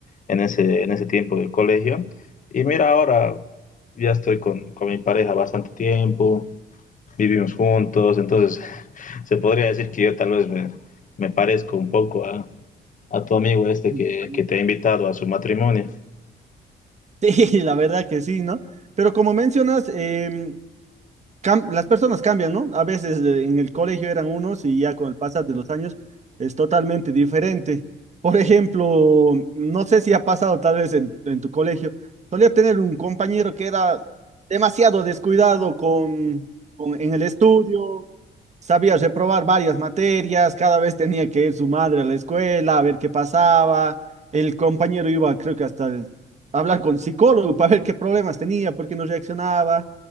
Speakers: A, on the left; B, on the right.
A: en ese, en ese tiempo del colegio. Y mira, ahora ya estoy con, con mi pareja bastante tiempo, vivimos juntos, entonces <laughs> se podría decir que yo tal vez me, me parezco un poco a, a tu amigo este
B: <laughs>
A: que, que, te ha invitado a su matrimonio.
B: Sí, la verdad que sí, ¿no? Pero como mencionas, eh, cam- las personas cambian, ¿no? A veces eh, en el colegio eran unos y ya con el pasar de los años es totalmente diferente. Por ejemplo, no sé si ha pasado tal vez en, en tu colegio, solía tener un compañero que era demasiado descuidado con, con- en el estudio, sabía reprobar varias materias, cada vez tenía que ir su madre a la escuela a ver qué pasaba. El compañero iba, creo que hasta el- a hablar con psicólogo para ver qué problemas tenía, por qué no reaccionaba.